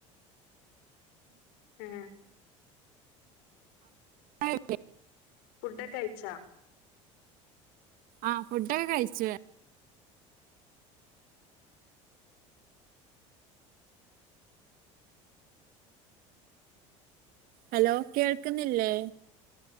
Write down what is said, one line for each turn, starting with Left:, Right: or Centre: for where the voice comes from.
Left: ആഹ്
Right: മഴയല്ലേ?
Left: ഫുഡക്കെ കയിച്ചാ
Right: ആഹ് ഫുഡോക്കെ കഴിച്ച് ഹലോ കേൾക്കുന്നില്ലേ